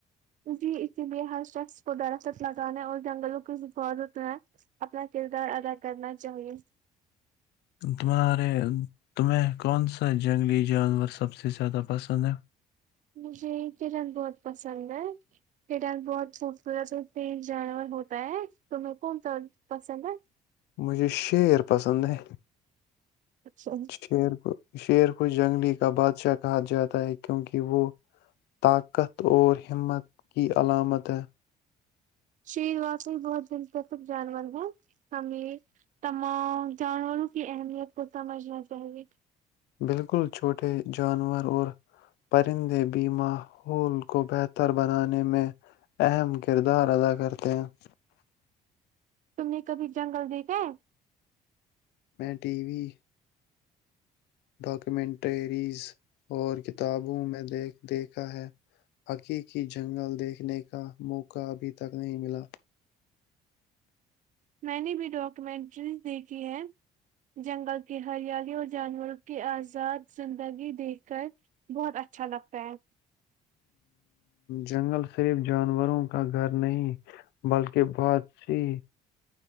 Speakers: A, on the right; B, on the left.
A: جی اسی لیئے ہر شخص کو درخت لگانے اور جنگلوں کی ضفظت میں اپنا کردار ادا کرنا چاہیئے
B: تمہارے تمہیں کون سا جنگلی جانور سب سے زیادہ پسند ہے
A: مجھے کرن بہت پسند ہے کرن بہت خوبصورت اور ت جانور ہوتا ہے تہیں کون سا پسند ہے
B: مجھے شیر پسند ہے
A: اچھا
B: شیر کو شیر کو جنگلی کا بادشاہ کہا جاتا ہے کیونکہ وہ طاقت اور ہمت کی علامت ہے
A: شیر واقعی بہت دلچسپ جانور ہے ہمیں تمام جانوروں کی اہمیت کو سمجھنا چاہیے
B: بالکل چھوٹے جانور اور پرندے بھی ماحول کو بہتر بنانے میں اہم کردار ادا کرتے ہیں
A: تم نے کبھی جنگل دیکھا ہے
B: ٹی وی ڈاکیومنٹریز اور کتابوں میں دیکھا ہے حقیقی جنگل دیکھنے کا موقع ابھی تک نہیں ملا
A: میں نے بھی ڈاکومینٹریز دیکھی ہے جنگل کے ہریالی اور جانوروں کے آزاد زندگی دیکھ کر بہت اچھا لگتا ہے
B: جنگل صرف جانوروں کا گھر نہیں بلکہ بہت سی